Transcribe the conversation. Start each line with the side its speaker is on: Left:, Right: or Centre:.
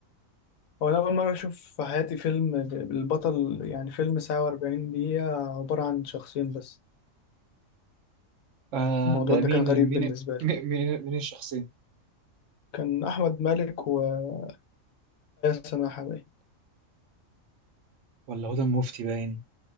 Left: هو أنا أول مرة أشوف في حياتي فيلم ب- البطل يعني فيلم ساعة وأربعين دقيقة عبارة عن شخصين بس
Right: آه
Left: الموضوع
Right: ده
Left: ده
Right: مين
Left: كان غريب
Right: مين
Left: بالنسبة
Right: <laughs>
Left: لي
Right: مين مين مين الشخصين
Left: كان أحمد مالك وآية سماحة باين
Right: ولا هدى المفتي باين